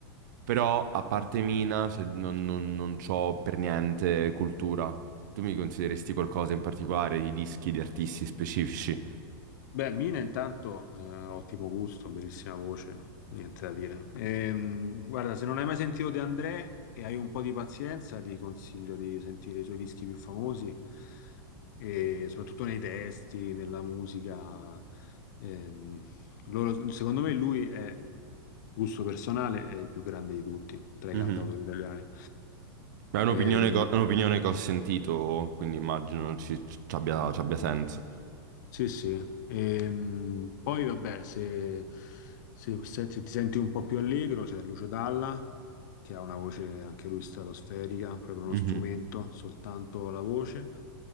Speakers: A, on the right (about 50°); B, on the left (about 50°).
A: Però a parte Mina, se- non, non, non c'ho per niente cultura. Tu mi consideresti qualcosa in particolare di dischi, di artisti specifici?
B: Beh, Mina intanto, eh, ottimo gusto, bellissima voce, niente da dire. Ehm, guarda, se non hai mai sentito De André e hai un po' di pazienza, ti consiglio di sentire i suoi dischi più famosi, e soprattutto nei testi, nella musica. Ehm, loro- secondo me lui è, gusto personale, è il più grande di tutti, tra i
A: Mhm.
B: cantautori italiani.
A: Ma È un'opinione
B: Mm. Ehm,
A: che ho un'opinione che ho sentito, quindi immagino ci, ci abbia, ci abbia senso.
B: Sì, sì. Ehm, poi vabbè, se, se- se- se ti senti un po' più allegro, c'è Lucio Dalla, che ha una voce anche lui stratosferica, proprio
A: Mhm,
B: uno strumento, soltanto la voce,